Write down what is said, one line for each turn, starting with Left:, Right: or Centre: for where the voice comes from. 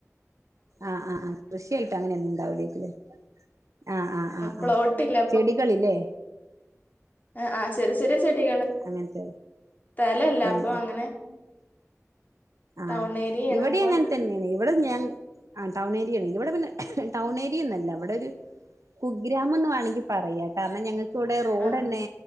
Right: ആ ആ ആ കൃഷിയെട്ട് അങ്ങനെ ഒന്നും ഇണ്ടാവുലെയ്ക്കും ലെ ആ ആ ആ
Left: പ്ലോട്ടില്ല
Right: ആ ചെടികൾ ലെ
Left: ആ ആ ചെറെ ചെറെ ചെടികൾ
Right: അങ്ങനത്തെ
Left: തലയില്ല
Right: ഉം
Left: അപ്പൊ അങ്ങനെ
Right: ആ
Left: ടൗൺ ഏരിയയാണ്
Right: ഇവടീം
Left: അപ്പൊ
Right: അങ്ങൻ തന്നെയാണ് ഇവടെ ഞ ആ ടൗൺ ഏരിയ ആൺ ഇവടെ പിന്നെ ടൗൺ ഏരിയൊന്നും അല്ല ഇവടെ ഒരു കുഗ്രാമംന്ന് വേണങ്കി പറയാ കാരണം ഞങ്ങ ക്ക് ഇവടെ റോഡ്ന്നെ
Left: ആഹ്